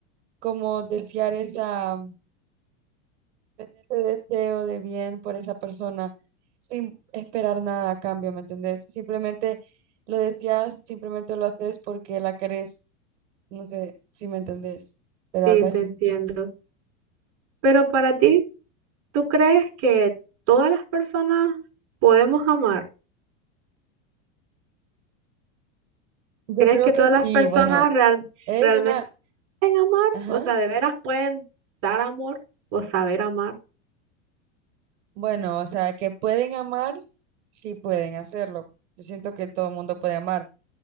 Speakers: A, on the right; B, on the right.
A: como desear esa tener ese deseo de bien por esa persona sin esperar nada a cambio, ¿me entendés? Simplemente lo deseas, simplemente lo haces porque la querés, no sé si me entendés, pero
B: sí,
A: algo
B: te
A: así.
B: entiendo. Pero para ti. ¿Tú crees que todas las personas podemos amar?
A: Yo
B: ¿Crees
A: creo
B: que todas
A: que sí,
B: las personas
A: bueno,
B: real-
A: es
B: realmente
A: una,
B: pueden amar?
A: ajá,
B: O sea, de veras pueden dar amor o saber amar.
A: bueno, o sea, que pueden amar, sí pueden hacerlo. Yo siento que todo el mundo puede amar,